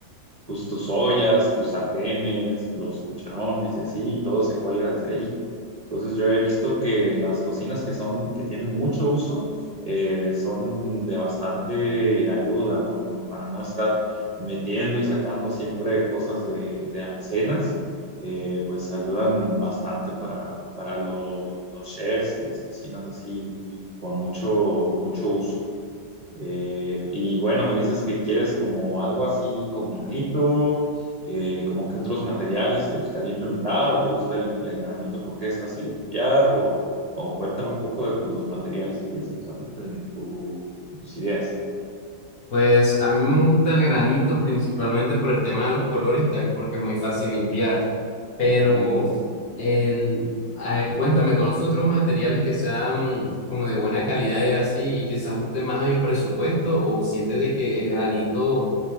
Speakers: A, on the right; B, on the left.
A: pues, tus ollas, tus sartenes, los cucharones y así, y todo se cuelga desde ahí. Entonces yo he visto que en las cocinas que son, que tienen mucho uso, eh, son de bastante ayuda, ¿no? Como para no estar metiendo y sacando siempre cosas de, de alacenas, eh, pues ayudan bastante para, para lo- los chefs y las cocinas así, con mucho, mucho uso. Eh, y bueno, me dices que quieres como algo así con granito, eh, como que otros materiales te gustaría implementar o te gusta el, el granito porque es fácil de limpiar o, o cuéntame un poco de los materiales que tienes en, tu, en tu- en tus ideas.
B: Pues a mí me gusta el granito principalmente por el tema de los colores y también porque es muy fácil limpiar. Pero
A: Ujú.
B: el, ah, cuéntame, ¿conoces otros materiales que sean como de buena calidad y así y que se ajusten más a mi presupuesto o sientes de que el granito